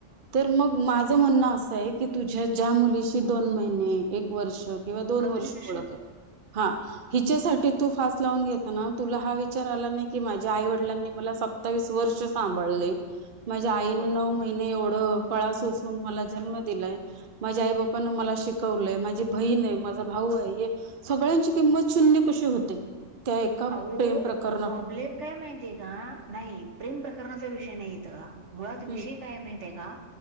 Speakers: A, on the right; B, on the right.
A: तर मग माझं म्हणणं असं आहे की तुझ्या ज्या मुलीशी दोन महिने एक वर्ष किंवा दोन
B: कम्युनिकेशन
A: वर्ष ओळख आहे हा हिच्यासाठी तू फास लावून घेताना तुला हा वि विचार आला नाही की माझ्या आई वडिलांनी मला सत्तावीस वर्ष सांभाळले माझ्या आईन
B: हो
A: नऊ महिने एवढं कळा सोसून मला जन्म दिलाय. माझ्या आई बापान मला शिकवलंय, माझी बहीण आहे, माझा भाऊ आहे हे सगळ्यांची किंमत शून्य कशी होते. त्या एका
B: अहो
A: प्रेम प्रकरण
B: प्रॉब्लेम काय माहितीय का नाही प्रेम प्रकरणाचा विषय नाही इथ मुळात
A: हम्म
B: विषय काय माहितय का?